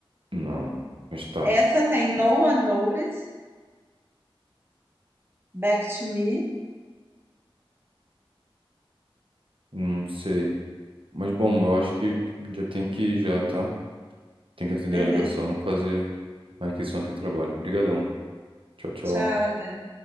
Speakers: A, on the right (about 70°); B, on the right (about 25°).
A: Não, mas tá.
B: Essa tem No One Noticed, Back to Me.
A: Não sei. Mas bom, eu acho que já tem que ir já, tá? Tem que atender
B: Beleza.
A: a ligação, fazer a requisição aqui do trabalho. Obrigadão. Tchau, tchau.
B: Tchau, até.